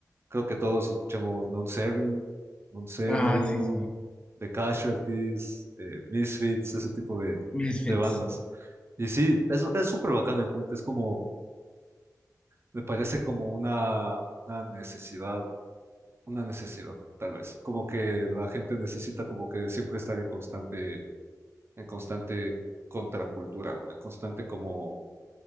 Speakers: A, on the right (about 40°); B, on the left (about 15°).
A: creo que todos escuchamos Non Servium, Non Servium,
B: Ah, sí, sí.
A: The Casualties, eh, Misfits, ese tipo de,
B: Misfits.
A: de bandas. Y sí, es es súper bacán el punk, es como, me parece como una, una necesidad una necesidad, tal vez. Como que la gente necesita como que siempre estar en constante, en constante contracultura, ¿no? En constante como,